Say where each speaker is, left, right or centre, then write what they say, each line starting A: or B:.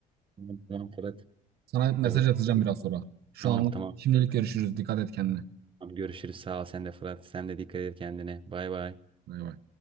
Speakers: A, on the right; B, on the right.
A: tamam tamam Fırat.
B: Sana mesaj
A: Sabırsızlıkla
B: atacağım
A: bekliyorum.
B: biraz sonra. Şu
A: Tamam
B: anlık
A: tamam
B: şimdilik
A: Fırat.
B: görüşürüz. Dikkat et kendine.
A: Tamam, görüşürüz. Sağ ol sen de Fırat. Sen de dikkat et kendine. Bay bay.
B: Bay bay.